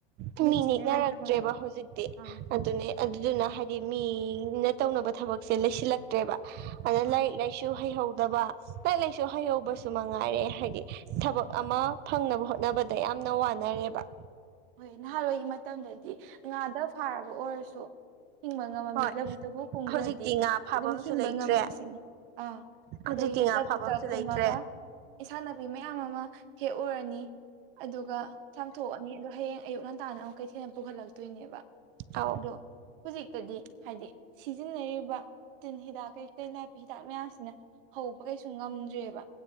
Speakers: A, on the right; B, on the right.
A: ꯃꯤ
B: ꯃꯦꯆꯤꯟꯅ
A: ꯅꯦꯛꯅꯔꯛꯇ꯭ꯔꯦꯕ
B: ꯂꯣꯏ ꯇꯧꯅꯔꯦ
A: ꯍꯧꯖꯤꯛꯇꯤ
B: ꯑꯥ
A: ꯑꯗꯨꯅꯦ ꯑꯗꯨꯗꯨꯅ ꯍꯥꯏꯗꯤ ꯃꯤꯅ ꯇꯧꯅꯕ ꯊꯕꯛꯁꯦ ꯂꯩꯁꯤꯜꯂꯛꯇ꯭ꯔꯦꯕ ꯑꯗ
B: ꯑꯥ
A: ꯂꯥꯏꯔꯤꯛ ꯂꯥꯏꯁꯨ ꯍꯩꯍꯧꯗꯕ ꯂꯥꯏꯔꯤꯛ ꯂꯥꯏꯁꯨ ꯁꯨ ꯍꯩꯍꯧꯕꯁꯨ ꯃꯉꯥꯏꯔꯦ ꯍꯥꯏꯗꯤ ꯊꯕꯛ ꯑꯃ ꯐꯪꯅꯕ ꯍꯣꯠꯅꯕꯗ ꯌꯥꯝꯅ ꯋꯥꯅꯔꯦꯕ
B: ꯍꯣꯏ ꯅꯍꯥꯟꯋꯥꯏꯒꯤ ꯃꯇꯝꯗꯗꯤ ꯉꯥꯗ ꯐꯥꯔꯕ ꯑꯣꯏꯔꯁꯨ ꯍꯤꯡꯕ ꯉꯝꯃꯝꯃꯤ
A: ꯍꯣꯏ
B: ꯂꯕꯨꯨꯛꯇꯕꯨ ꯀꯨꯝꯈ꯭ꯔꯗꯤ
A: ꯍꯧꯖꯤꯛꯇꯤ ꯉꯥ ꯐꯥꯐꯝꯁꯨ
B: ꯑꯗꯨꯝ ꯍꯤꯡꯕ
A: ꯂꯩꯇ꯭ꯔꯦ
B: ꯉꯝꯃꯤ ꯁꯤꯅꯤ ꯑꯥ
A: ꯍꯧꯖꯤꯛꯇꯤ
B: ꯑꯗꯒꯤ
A: ꯉꯥ
B: ꯂꯕꯨꯛꯇ
A: ꯐꯥꯐꯝꯁꯨ ꯂꯩꯇ꯭ꯔꯦ
B: ꯀꯨꯝꯃꯒ ꯏꯟꯁꯥꯡ ꯅꯄꯤ ꯃꯌꯥꯝ ꯑꯃ ꯍꯦꯛꯎꯔꯅꯤ ꯑꯗꯨꯒ ꯆꯥꯝꯊꯣꯛꯑꯅꯤ ꯍꯌꯦꯡ ꯑꯌꯨꯛ ꯉꯟꯇꯥꯅ ꯑꯃꯨꯛ ꯀꯩꯊꯦꯟ ꯄꯨꯈꯠꯂꯛꯇꯣꯏꯅꯦꯕ
A: ꯑꯧ
B: ꯑꯗꯣ ꯍꯨꯖꯤꯛꯇꯗꯤ ꯍꯥꯏꯗꯤ ꯁꯤꯖꯤꯟꯅꯔꯤꯕ ꯇꯤꯟ ꯍꯤꯗꯥꯛ ꯀꯩꯀꯩ ꯅꯥꯄꯤ ꯍꯤꯗꯥꯛ ꯃꯌꯥꯝꯁꯤꯅ ꯍꯧꯕ ꯀꯩꯁꯨ ꯉꯝꯗ꯭ꯔꯦꯕ